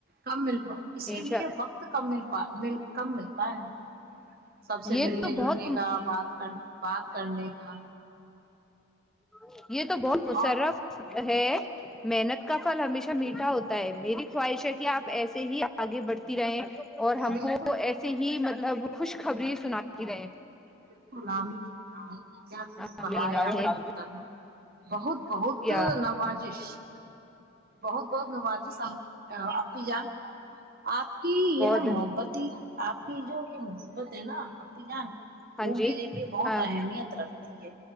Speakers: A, on the right (about 45°); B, in the centre.
A: کم ملا اسی
B: انشاء
A: لیے وقت کم مل کم ملتا ہے ان کو سب سے
B: یہ
A: ملنے
B: تو بہت
A: جلنے کا بات کر پپ <unintelligible> کرنے کا
B: ا <unintelligible> یہ تو بہتشرف
A: اور
B: ہے محنت کا پھل ہمیشہ میٹھا ہوتا ہے میری خواہش ہے کہ آپ ایسے ہی آگے بڑھتی رہے اور ہم
A: بالکل
B: کو
A: بالکل
B: ایسے ہی مطلب خوش خبری سناتی رہے
A: بالکلامام کیا ت
B: امین
A: کہا ہے
B: امین
A: آ نے م بہت بہت
B: یا
A: نوازش بہت بہت نوازش ہم اپ جان آپ کی
B: بہت
A: یہ محبت ہی آپ کی جو یہ محت بت نا آپنی جان
B: ہاں
A: وہ
B: جی
A: میرے لیے بہت
B: ہاں
A: اہمیت رکھتی ہے